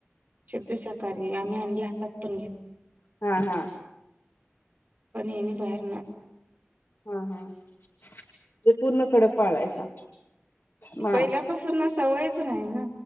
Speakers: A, on the right; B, on the left.
A: शुद्ध सकाारी आम्ही अंडी हातात पण घेत नाही.
B: हा हा.
A: पण यानी बाहेर ना.
B: हा हा तेे पूर्ण कडक पाळायचा. मा
A: पहिल्यापासून ना सवयच नाही ना.